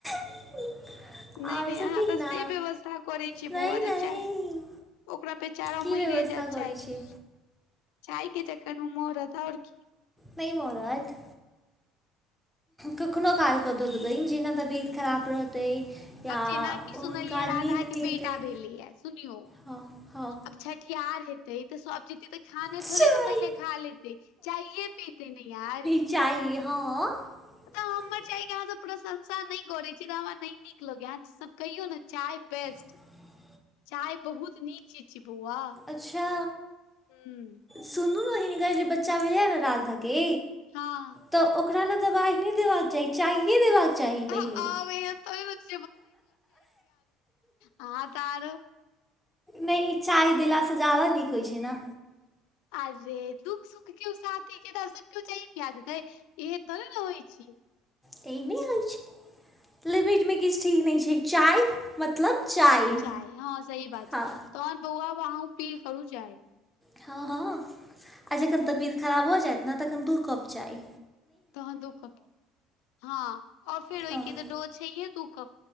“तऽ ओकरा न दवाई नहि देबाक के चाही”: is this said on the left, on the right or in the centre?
Centre